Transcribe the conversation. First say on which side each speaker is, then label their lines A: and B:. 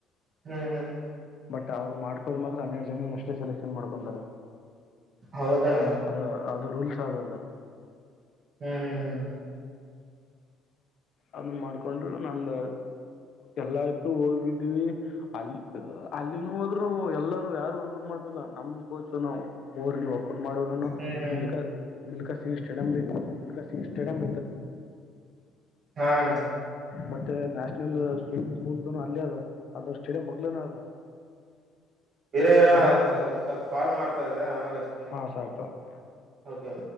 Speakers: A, on the right (about 55°); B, on the left (about 60°).
A: ಹ್ಮ್ ಹ್ಮ್
B: ಬಟ್ ಅವ್ರು ಮಾಡ್ಕೋ ಮಾತ್ರ ಹನ್ನೆರಡು ಜನ ಅಷ್ಟೇ ಸೆಲೆಕ್ಷನ್ ಮಾಡ್ಕೊಂತಾರೆ
A: ಹೌದಣ
B: ಅದು ಅದು ರೂಲ್ಸ್ ಅದ ಅದು
A: ಹ್ಮ್ ಹ್ಮ್ ಹ್ಮ್
B: ಅದನ್ ಮಾಡ್ಕೊಂಡರು ನಮ್ದ ಎಲ್ಲಾ ಆಯ್ತು ಹೋಗಿದ್ದೀವಿ ಅಲ್ಲಿ ಅಲ್ಲಿನೂ ಹೋದ್ರು ಎಲ್ಲರೂ ಯಾರು ವರ್ಕೌಟ್ ಮಾಡ್ತಿಲ್ಲ ನಮ್ ಕೋಚ್ ನಾವು <unintelligible> ನೀ ವರ್ಕೌಟ್ ಮಾಡೋರನು
A: ಹ್ಮ್ ಹ್ಮ್
B: ಇಲೀಕ ಬಿಲ್ಕಾ Singh stadium <unintelligible> I bill Singh stadium
A: ಹಾ ಅಣ್ಣಾ
B: ಮತ್ತೆ ನ್ಯಾಷನಲ್ ಸ್ವಿಮ್ಮಿಂಗ್ ಪೂಲ್ನು ಅಲ್ಲೇ ಅದ ಅದ ಸ್ಟೇಡಿಯಂ ಮಗ್ಲನ ಅದ
A: ಇರೋ ಇರೋಣ
B: ಮನೆಗೆ
A: ಒಂದ್ಸಲ್ ಹೋತ್ತು ಕಾಲ್ ಮಾಡ್ತಾ ಇದೆ ಆಮೇಲೆ ಹಚಿ
B: ಹಾ ಸ <unintelligible>
A: ಓಕೆ ಓಕೆ